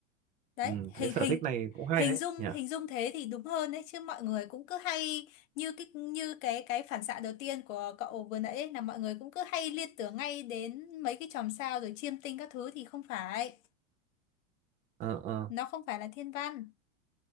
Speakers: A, on the left; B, on the right.
A: đấy
B: Ừ, cái
A: hình
B: sở
A: hình
B: thích này cũng hay
A: hình
B: đấy.
A: dung
B: nhỉ
A: hình dung thế thì đúng hơn đấy chứ mọi người cũng cứ hay như cái như cái cái phản xạ đầu tiên của cậu vừa nãy ấy, là mọi người cũng cứ hay liên tưởng ngay đến mấy cái chòm sao rồi chiêm tinh các thứ thì không phải
B: ờ ờ
A: nó không phải là thiên văn